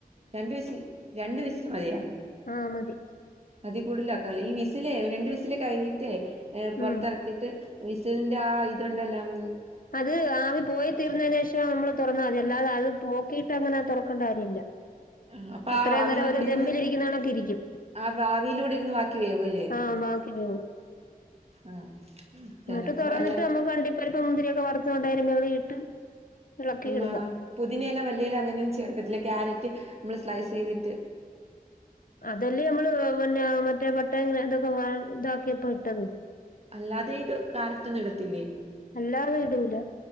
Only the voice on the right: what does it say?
രണ്ട് വിസിൽ രണ്ട് വിസിൽ മതിയാ
അതി കൂടുതല ആാക്കല്ലോ ഈ വി വിസിലേ രണ്ട് വിസില് കഴിഞ്ഞിട്ടേ പുറത്തിറത്തിട്ട്
വിസിലിന്റെ ആ ഇതുണ്ടല്ലാം
ആഹ് അപ്പൊ
ആ ആവിൽ
കൂടി
ഇരുന്ന്
ആ ആവിയിലൂടെ ഇരുന്ന് ബാക്കി വേവൂല്ലേ
ആഹ് ചെലപ്പോ
അല്ല
ആ പുതിനയില മല്ലിയില അങ്ങനെയന്നും ചേർക്കത്തില്ല ക്യാരറ്റ് നമ്മള് സ്ലൈസ് ചെയ്തിട്ട്
അല്ലാതെ ഇ ഒരു കാരറ്റ് ഒന്നും ഇടത്തില്ലേ